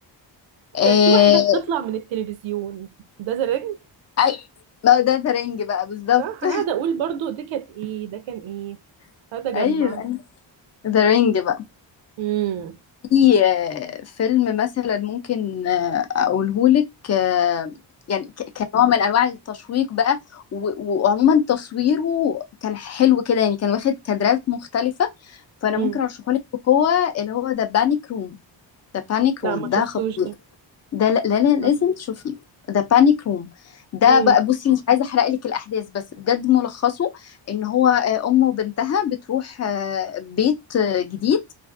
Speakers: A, on the left (about 35°); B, on the right (about 85°).
A: آه...
B: كان في واحدة بتطلع من التلفزيون ده زرنج
A: اي ما هو ده ذا رينج بقى بالظبط
B: صح أنا قاعدة أقول برضو دي كانت إيه ده كان إيه
A: <laughs>
B: هذا جمع
A: ايوه ذا رينج بقى
B: امم
A: في آه، فيلم مثلا ممكن آه، اقولهولك آه، يعني ك- كنوع من انواع التشويق بقى و- وعموما تصويره كان حلو كده يعني كان واخد كادرات مختلفة فانا
B: امم
A: ممكن ارشحهولك بقوة اللي هو ذا بانيك روم ذا بانيك
B: لا
A: روم
B: ما
A: ده
B: شفتوش ده
A: ده لا لا لا- لازم
B: معرفوش.
A: تشوفيه ده بانيك روم ده
B: امم
A: بقى بصي مش عايزه احرق لك الاحداث بس بجد ملخصه ان هو آه، امه وبنتها بتروح آه، بيت آه، جديد